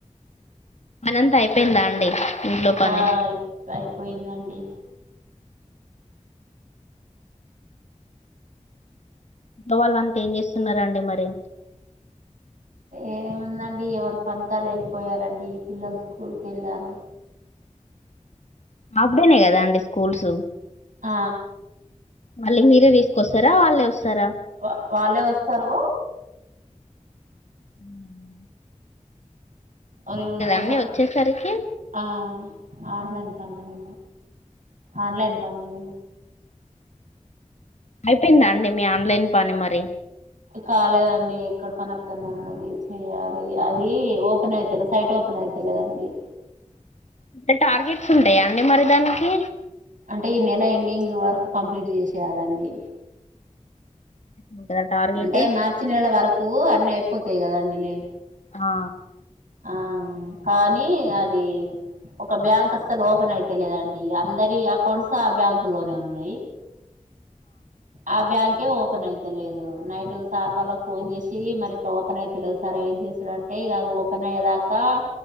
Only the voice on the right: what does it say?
ఆ ఇప్ అయిపోయిందండి
ఏవ్ ఉందండి ఎవరు పనికి ఆల్ ఎళ్ళిపోయారండి పిల్లలు స్కూల్కి ఎళ్ళారు.
ఆ
వా వాళ్ళే వస్తారు
అరకాంచ
ఆ ఆన్లైన్ పన్ము ఆన్లైన్ పన్ము
కాలేదండి ఇక్కడ పనక్కనే ఉన్నది చెయాలి అది ఓపెన్ అయితు సైట్ ఓపెన్ పన్ అవుతులేదండి
అంటే ఈ నెల ఎండింగ్ వరకు కంప్లీట్ చేసేయాలండి
అంటే మార్చి నెలల వరకు అన్నీ అయిపోతాయి కదాండడిలే
ఆ కానీ అది ఒక బ్యాంక్ అసలు ఓపెన్ అయితేలేదండి అందరి అకౌంట్స్ ఆ బ్యాంకు లోనే ఉన్నాయి ఆ బ్యాన్ ఓపెన్ అయితలేదు నైట్ సార్ వాళ్ళ ఫోన్ చేసి మరి ఇ ఓపెన్ అయితలేదు సార్ ఏం చేసాడుంటే కాదు ఓపెన్్యదాకా